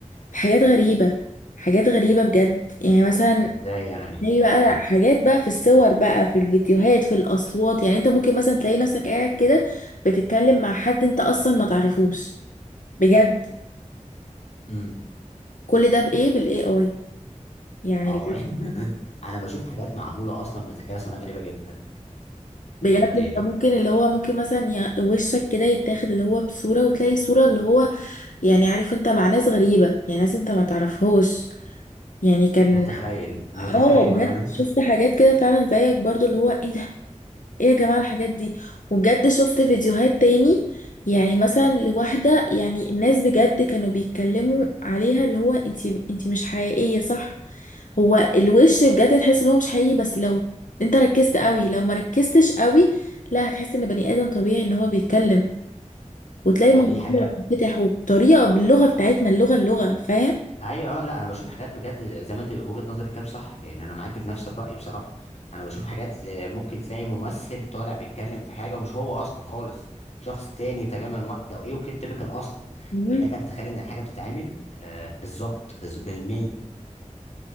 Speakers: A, on the left; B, on the left.
A: في حاجات غريبة حاجات غريبة بجد يعني مثلا
B: ازاي يعني
A: هي بقى
B: مش فاهم
A: حاجات بقى في الصور بقى في الفيديوهات في الأصوات يعني انت ممكن مثلا تلاقي نفسك قاعد كده بتتكلم مع حد انت اصلا ما تعرفوش بجد
B: امم
A: كل ده بإيه بالاي اي يعني
B: اه <laughs> يعني انا بشوف حاجات معموله اصلا بالذكاء الاصطناعي غريبه جدا
A: بجد
B: بجد يعني
A: انت ممكن
B: انت
A: اللي هو ممكن مثلا يع- وشك كده يتاخد اللي هو بصورة وتلاقي صورة اللي هو يعني عارف انت مع ناس غريبة يعني ناس انت ما تعرفهاش يعني كان
B: متخيل متخيل
A: اه
B: والله
A: بجد
B: إن انت
A: شفت حاجات كده فعلا زيك برضو اللي هو ايه ده ايه يا جماعة الحاجات دي وبجد شفت فيديوهات تاني يعني مثلا لواحدة يعني الناس بجد كانوا بيتكلموا عليها اللي هو انتي انتي مش حقيقية صح هو الوش بجد تحس ان هو مش حقيقي بس لو انت ركزت قوي لو ما ركزتش قوي لا هتحس ان بني ادم طبيعي ان هو بيتكلم
B: <laughs>
A: وتلاقي
B: ما
A: موضوع
B: هو دي حاجه
A: بيتفتح وبطريقة باللغة بتاعتنا اللغة اللغة فاهم
B: ايوه اه لا انا بشوف حاجات بجد زي ما انت وجهه نظرك كده صح يعني انا معاك في نفس الراي بصراحه انا بشوف حاجات ل- ممكن تلاقي ممثل طالع بيتكلم في حاجه ومش هو اصلا خالص شخص تاني تماما وق- ده وايه وكده تبقى الاصل
A: مم.
B: يعني لك ان تتخيل ان الحاجه بتتعمل آه بالظبط بز- بالملي